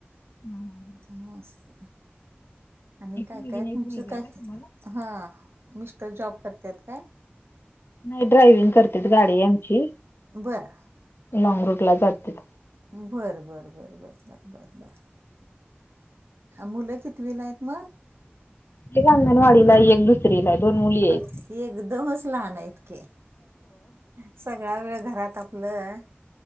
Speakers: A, on the left; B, on the right.
A: ह <unintelligible>
B: मस्त. आणि
A: एक
B: काय
A: मुलगी
B: काय
A: आणि
B: तुमचं
A: एक मुलगा
B: काय
A: आहे का तुम्हाला
B: हा मिस्टर जॉब करतात काय?
A: नाही ड्रायविंग करत्यात गाडी आहे आमची.
B: बरं.
A: लॉन्ग रूटला जातेत.
B: बर बर बरं बर बर बर बर. मुलं कितविला आहेत मग?
A: एक अंगणवाडीला एक दुसरी ला दोन मुली आहेत.
B: अ एकदमच लहान आहेत की. सगळा वेळ घरात आपलं